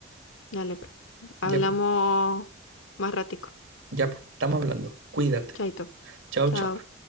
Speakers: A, on the left; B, on the right.
A: Dale, pues. Hablamos
B: Ya pues,
A: más ratico.
B: ya pues, estamos hablando. Cuídate.
A: Chaito.
B: Chao,
A: Chao.
B: chao.